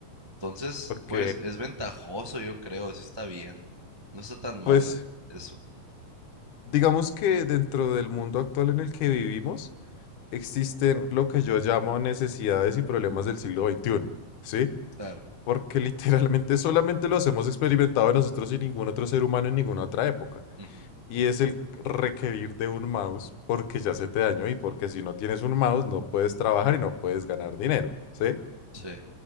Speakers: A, on the right; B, on the left.
A: Entonces,
B: Ok,
A: pues es ventajoso, yo creo, sí está bien. No está tan
B: pues
A: mal eh, eso,
B: digamos que dentro del mundo actual en el que vivimos existen lo que yo llamo necesidades y problemas del siglo XXI, ¿sí?
A: claro.
B: porque literalmente <laughs> solamente los hemos experimentado nosotros y ningún otro ser humano en ninguna otra época.
A: Ujú,
B: Y es el requerir de un mouse porque ya se te dañó y porque si no tienes un mouse no puedes trabajar y no puedes ganar dinero, ¿sí?
A: Sí,